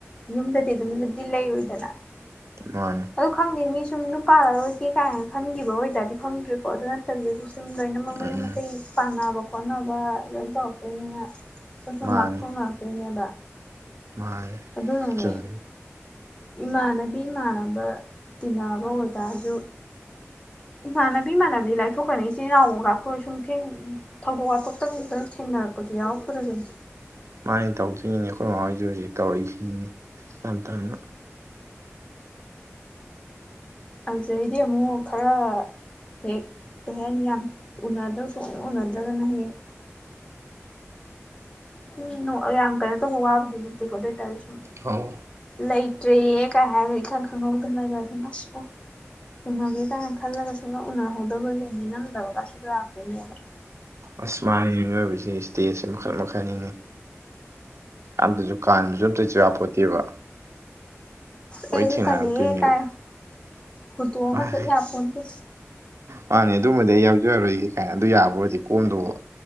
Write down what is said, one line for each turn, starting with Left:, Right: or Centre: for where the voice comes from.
Left: ꯌꯨꯝꯗꯗꯤ ꯑꯗꯨꯝꯗꯤ ꯂꯩꯔꯣꯏꯗꯅ
Right: ꯃꯥꯅꯤ
Left: ꯑꯣ ꯈꯪꯗꯦ ꯃꯤ ꯁꯨꯝ ꯌꯨꯝꯄꯥꯜꯔꯔꯣꯏꯒꯦ ꯀꯥꯏꯅ ꯈꯟꯈꯤꯕ ꯑꯣꯏꯇꯥꯔꯗꯤ ꯈꯪꯗ꯭ꯔꯦ ꯀꯣ ꯑꯗꯨ ꯅꯠꯇꯕꯤꯗꯗꯤ ꯁꯨꯝ ꯂꯣꯏꯅꯃꯛ ꯃꯌꯨꯝ
Right: ꯎꯝ
Left: ꯃꯀꯩ ꯄꯥꯟꯅꯕ ꯈꯣꯠꯅꯕ ꯂꯣꯏ ꯇꯧꯔꯛꯇꯣꯏꯅꯤꯅ ꯁꯨꯝ ꯁꯨꯝ
Right: ꯃꯥꯅꯤ
Left: ꯂꯥꯞꯊꯣꯛꯅꯔꯛꯇꯣꯏꯅꯦꯕ
Right: ꯃꯥꯅꯤ
Left: ꯑꯗꯨꯅꯅꯦ
Right: ꯆꯨꯝꯃꯤꯅꯤ
Left: ꯏꯃꯥꯟꯅꯕꯤ ꯏꯃꯥꯟꯅꯕ ꯇꯤꯟꯅꯕ ꯑꯣꯇꯥꯔꯖꯨ ꯏꯃꯥꯟꯅꯕꯤ ꯏꯃꯥꯟꯅꯕꯗꯤ ꯂꯥꯏꯊꯣꯛꯈ꯭ꯔꯥꯅꯤ ꯏꯆꯦ ꯏꯅꯥꯥꯎ ꯑꯃꯨꯛ ꯂꯥꯞꯊꯣꯛ ꯁꯨꯝ ꯊꯦꯡ ꯊꯧꯗꯣꯛ ꯋꯥꯊꯣꯛꯇꯪꯗꯪ ꯊꯦꯡꯅꯔꯛꯄꯁꯨ ꯌꯥꯎꯔꯛ ꯇꯩꯔꯤꯕꯅꯤ
Right: ꯃꯥꯅꯤ ꯇꯧꯗꯣꯏꯅꯤꯅꯦ ꯑꯩꯈꯣꯏ ꯃꯃꯥ ꯍꯣꯏꯁꯨ ꯍꯧꯖꯤꯛ ꯇꯧꯔꯤꯁꯤꯅꯤꯅꯦ ꯇꯝ ꯇꯝꯅ
Left: ꯑꯗꯩꯗꯤ ꯑꯃꯨꯛ ꯈꯔ ꯍꯦꯛ ꯑꯍꯦꯟ ꯌꯥꯝ ꯎꯅꯗ꯭ꯔꯧ ꯁꯨꯛꯎꯟ ꯎꯅꯗ꯭ꯔꯥꯒꯅ ꯍꯦꯛ ꯁꯨꯝ ꯌꯥꯝ ꯀꯩꯅꯣ ꯇꯧꯕ ꯋꯥꯕꯨꯗꯤ ꯅꯠꯇꯦꯀꯣ ꯑꯗꯨꯏꯇꯥꯔꯖꯨ
Right: ꯑꯧ
Left: ꯂꯩꯇ꯭ꯔꯦꯌꯦ ꯀꯥꯏ ꯍꯥꯏꯔꯒ ꯏꯈꯪ ꯈꯪꯍꯧꯗꯅꯒ ꯑꯁ ꯑꯣ ꯎꯅꯒꯦ ꯀꯥꯏꯅ ꯈꯜꯂꯒꯁꯨ ꯁꯨꯛꯎꯟ ꯎꯅꯍꯧꯗꯕꯒꯤ ꯅꯤꯉꯝꯗꯕꯒꯁꯨ ꯂꯥꯛꯇꯣꯏꯅꯦꯕ
Right: ꯑꯁ ꯃꯥꯟꯅꯤꯅꯦ ꯃꯤꯑꯣꯏꯕꯁꯦ ꯏꯁꯇꯦꯖꯁ ꯃꯈꯜ ꯃꯈꯜꯅꯤꯅꯦ ꯑꯝꯇꯖꯨ ꯀꯥꯟꯕꯁꯨ ꯑꯝꯇꯖꯨ ꯌꯥꯄꯣꯟꯇꯦꯕ
Left: ꯑꯩ ꯑꯗꯨ
Right: ꯊꯦꯡꯅꯔꯛꯇꯣꯏꯅꯦꯕ
Left: ꯀꯥꯟꯅꯤꯉꯦ ꯀꯥꯏ ꯍꯨꯟꯗꯣꯛꯑꯝꯒ
Right: ꯃꯥꯅꯤ
Left: ꯆꯠ ꯌꯥꯄꯣꯟꯇꯦ
Right: ꯃꯥꯅꯦ ꯑꯗꯨꯃꯗꯤ ꯑꯩ ꯌꯥꯎꯖꯔꯔꯣꯏꯒꯦ ꯀꯥꯏꯅ ꯑꯗꯨ ꯌꯥꯕ ꯑꯣꯏꯗꯤ ꯀꯣꯝꯗꯧꯕ